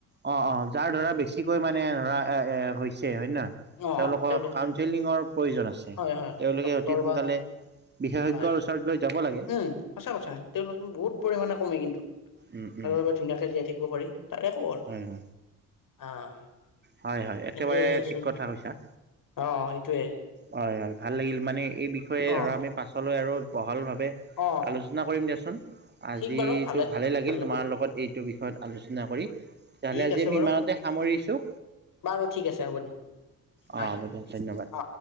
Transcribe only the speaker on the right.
অ অ যাৰ ধৰা বেছিকৈ মানে ধৰা এ এ হৈছে হয় নে নহয়।
তেওঁলোকক
কাউন্সিলিঙৰ প্ৰয়োজন আছে,
তেওঁলোকে
অতি সোনকালে
বিশেষজ্ঞৰ
লৈ যাব লাগে।
উম, উম,
হয়, হয়।
হয় হয়
একেবাৰে
ঠিক কথা কৈছা।
হয় হয় ভাল লাগিল মানে এই বিষয়ে
ধৰা আমি পাছলৈ আৰু বহল ভাৱে
আলোচনা কৰিম দিয়াচোন আজো
ভালে লাগিল
তোমাৰ লগত এই সটো বিষয়ত আলোচনা কৰি তেতিয়াহ'লে
আজি
আমি
ইমানতে সামৰিছোঁ।
অ হ'ব দিয়া ধন্যবাদ।